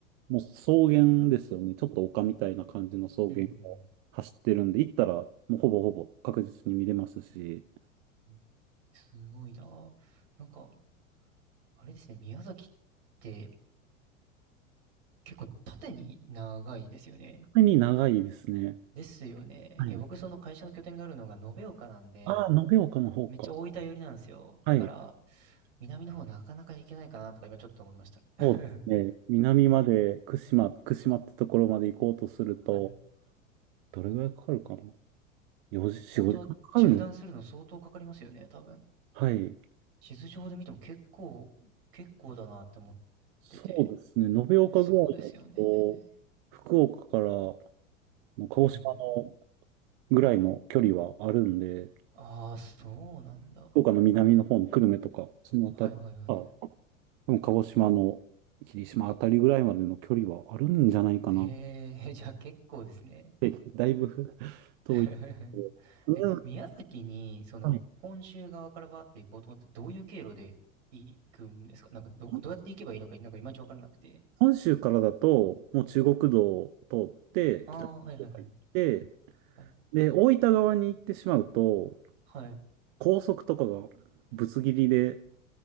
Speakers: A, on the right; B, on the right.
A: もう草原ですよね。ちょっと丘みたいな感じの草原を走ってるんで、
B: うん、
A: 行ったら、もうほぼほぼ確実に見れますし、
B: うん。すごいな。なんか、あれですね、宮崎って結構縦に長いですよね。
A: 特に長いですね。
B: ですよね。
A: はい。
B: いや、僕その会社の拠点があるのが延岡なんで、
A: ああ、延岡の方か。
B: めっちゃ大分寄りなんですよ。
A: はい。
B: だから、南の方なかなか行けないかなとか今ちょっと思いました。<laughs>
A: そうですね。南まで、串島串間ってところまで行こうとすると、
B: はい。
A: どれぐらいかかるかな ?4 時、
B: 本当縦断するの相当かかりますよね、
A: 4、5時間かかるん
B: 多分。
A: はい。
B: 地図上で見ても結構、結構だなって思っ
A: そうですね。
B: ててて、
A: 延岡ぐらいだと、
B: そうですよね。
A: 福岡からの鹿児島の
B: うん。
A: ぐらいの距離はあるんで、
B: ああ、そうなんだ。
A: 福岡の南の方の久留米とか、そのあたり、
B: はいはいはい。
A: あ、でも鹿児島の霧島あたりぐらいまでの距離はあるんじゃないかなっ
B: えー、<laughs> じゃあ結構ですね。
A: て、だいぶ <laughs> 遠い。
B: <laughs>
A: うん
B: え、宮崎に、その、
A: はい。
B: 本州側からバーって行こうと思って、どういう経路で行くんですかなんか、ど、
A: 本
B: どうやって行けばいいのか、なんかいまいちわからなくて。
A: 本州からだと、もう中国道を通って、
B: ああ、
A: 北九州入って、
B: はいはいはい。はい。
A: で、大分側に行ってしまうと、
B: はい。
A: 高速とかがぶつ切りで、